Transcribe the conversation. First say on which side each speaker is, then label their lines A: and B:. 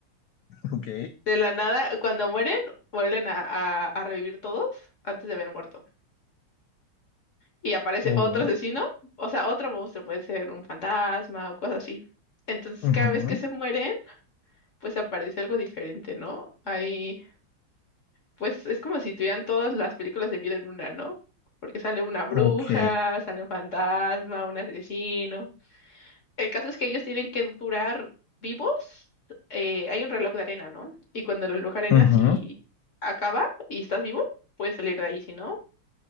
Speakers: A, on the left; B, on the left.
A: ok,
B: De la nada, cuando mueren, vuelven a, a- a revivir todos antes de haber muerto. Y aparece
A: uy,
B: otro asesino, o sea, otro monstruo, puede ser un fantasma o cosas así. Entonces,
A: ujú,
B: cada vez que se mueren, pues aparece algo diferente, ¿no? Ahí, pues es como si tuvieran todas las películas de miedo en una, ¿no? Porque sale una bruja,
A: ok,
B: sale un fantasma, un asesino. El caso es que ellos tienen que durar vivos. eh, hay un reloj de arena, ¿no? Y cuando el reloj de arena,
A: ujú.
B: si acaba y estás vivo, puedes salir de ahí. Si no,